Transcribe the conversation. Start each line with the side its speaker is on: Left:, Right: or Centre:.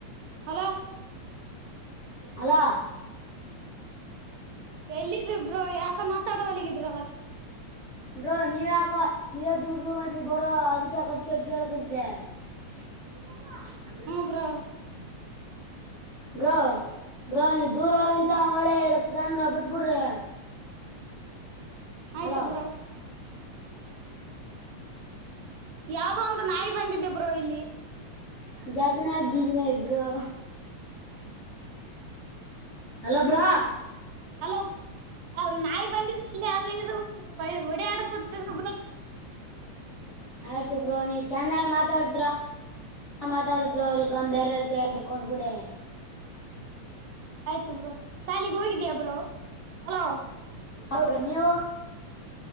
Right: ಹಲೋ.
Left: ಅಲೋ.
Right: ಎಲ್ಲಿದಿಬ್ರೋ ಯಾಕ ಮಾತಾಡವಲಾಗಿದಿರಲಾ.
Left: ಬ್ರೋ ನೀವ ಯಾಕ ನೀವ ದೂರ್ ದೂರ್ ಮಾಡ್ರಿ ಬರೋ ಅದಕ ಯಕ ಅಕಂತೆ. <unintelligible>
Right: ಹ್ಮ್ <unintelligible>
Left: ಬ್ರೋ ಬ್ರೋ ನೀವು ದೂರ ಹಂತ ಹೊರ ಹೇಳಂದ್ರ ಬಿಟ್ಬಿಡ್ರಿ.
Right: ಆಯ್ತು
Left: ಹಲೋ
Right: ಬ್ರೋ. ಯಾವ್ದೋ ಒಂದು ನಾಯಿ ಬಂದಿದ್ದೆ ಬ್ರೋ ಇಲ್ಲಿ.
Left: ಜದು ನ ಬಜನ ಇಬರು. ಅಲೋ ಬ್ರಾ.
Right: ಅಲೋ ನಾಯಿ ಬಂದಿದೆ ಇಲ್ಲಿ ಇದು ವಡ ಆಡ ಕೂತದ ಬ್ರೋ.
Left: ಆಯ್ತು ಬ್ರೋ ನೀ ಚೆನ್ನಾಗಿ ಮಾತಾಡ್ತಿರ. ನಾ ಮಾತಾಡಿಬ್ರೋ ಅಲ್ಗ ಒಂದ್ ಬೇರೆ ಅವ್ರ್ ಕೈಲಿ ಕೊಡ್ಬೇಡಿ. <unintelligible>
Right: ಆಯ್ತು ಬ್ರೋ ಶಾಲಗ್ ಹೋಗಿದೀಯ ಬ್ರೋ ಅಲೋ.
Left: ಹೌದ್ರಿ ನೀವು.